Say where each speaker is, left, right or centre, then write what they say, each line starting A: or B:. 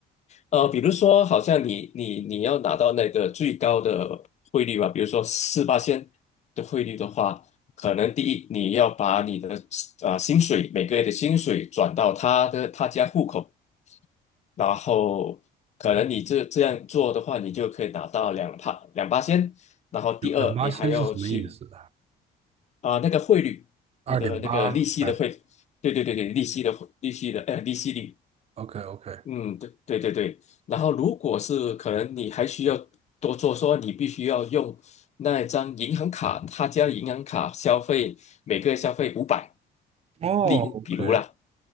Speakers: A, on the left; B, on the right.
A: 呃，比如说好像你你你要拿到那个最高的汇率吧，比如说四八线的汇率的话，可能第一你要把你的啊、薪水每个月的薪水转到他的他家户口，然后可能你这这样做的话，你就可以拿到两帕两八仙，然后第二，
B: 两两八千是什么意思啊？
A: 你还要去啊、那个汇率，
B: 二点八，
A: 你的那个利息的汇，
B: 哎
A: 对对对对，利息的汇利息的呃利息率，
B: ，OK OK，
A: 嗯，对对对对。然后如果是可能你还需要多做说，你必须要用那一张银行卡，他家银行卡消费每个月消费五百，
B: 哦，OK，
A: 例比如啦。